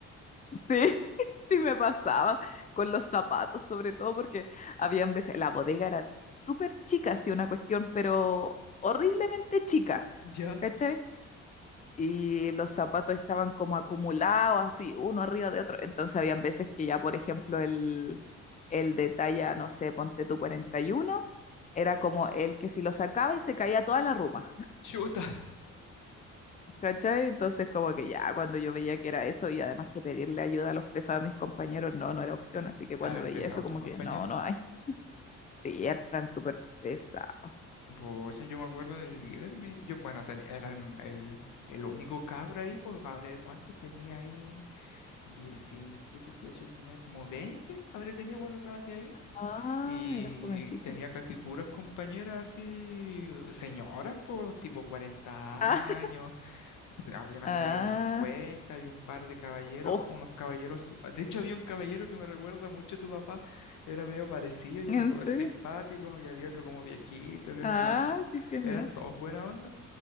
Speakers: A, on the left; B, on the left.
A: Sí, <laughs> sí me pasaba con los zapatos, sobre todo porque habían veces, la bodega era súper chica, sí, una cuestión, pero horriblemente chica,
B: Ya,
A: ¿cachai? Y los zapatos estaban como acumulados, así, uno arriba de otro. Entonces habían veces que ya, por ejemplo, el, el de talla, no sé, ponte tú 41 era como el que si lo sacaba y se caía toda la ruma.
B: chuta.
A: ¿Cachai? Entonces, como que ya, cuando yo veía que era eso, y además que pedirle ayuda a los pesados a mis compañeros, no, no era opción. Así que cuando
B: Ahora empezado
A: veía eso, como
B: tus compañeros.
A: que no, no hay. <laughs> Sí, eran súper pesados.
B: Pucha, yo me acuerdo del líder, mi, yo, bueno, tenía, era el, el, el único cabro ahí, pues, habré, ¿cuánto tenía ahí? diecisiete dieciocho diecinueve como 20 habré tenido cuando trabajé ahí.
A: Ah,
B: Y
A: era jovencito.
B: tenía casi puras compañeras así, señoras, pues, tipo cuarenta
A: Ah, <laughs>
B: años. <laughs> Había una
A: ah,
B: señora cincuenta había un par de caballeros,
A: oh,
B: unos caballeros. su- De hecho, había un caballero que me recuerda mucho a tu papá, era medio parecido y
A: ¿en
B: era súper
A: serio?
B: simpático, y había otro como viejito, que eran,
A: Ah, qué genial,
B: eran todos buena onda.